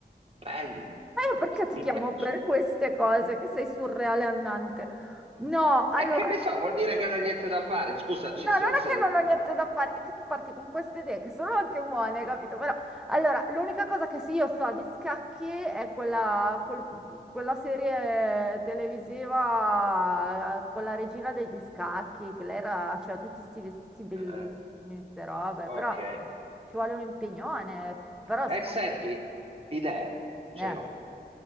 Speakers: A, on the right; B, in the centre.
A: Bello,
B: io perché ti
A: mi
B: chiamo
A: piace.
B: per queste cose che sei surreale annante? No, allora,
A: E che ne
B: no,
A: so, vuol dire che non ha niente da fare. Scusa, ci-
B: non
A: se-
B: è
A: se-
B: che non ho niente da fare, è che tu parti con queste idee che sono anche buone, capito? Però, allora, l'unica cosa che sì, io so di scacchi è quella, quel- quella serie televisiva eh, con la regina degli scacchi, che lei era, c'era tutti questi vestiti bellissimi,
A: eh,
B: queste robe,
A: ok.
B: però ci vuole un impegnone, però
A: E
B: si può...
A: senti, idea, ce
B: Eh.
A: l'ho.